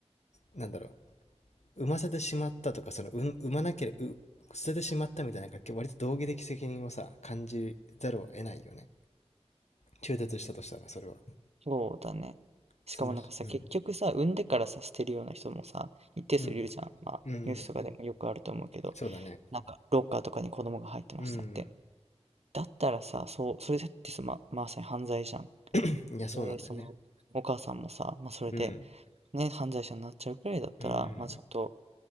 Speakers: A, on the left (about 75°); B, on the right (about 65°).
A: なんだろう産ませてしまったとか、その、う産まなければ、捨ててしまったみたいな、割と道義的責任をさ、感じざるを得ないよね。中絶したとしたら、それは。
B: そうだねしかもなんかさそう結局さ産んでからさ捨てるような人もさ一定数いるじゃんまあニュースとかうでん。
A: その、うん。うん。うん。
B: もよくあると思うけど
A: そうだね。
B: なんかロッカーとかに子供が入ってましたって
A: うん。
B: だったらさそうそれだってさま、まさに犯罪じゃん
A: いや、そうなんだよね。
B: で、その、お母さんもさ、まあ、それで、
A: うん。
B: ね、犯罪者になっちゃうくらいだったら、
A: うん。
B: まあ、ちょっと、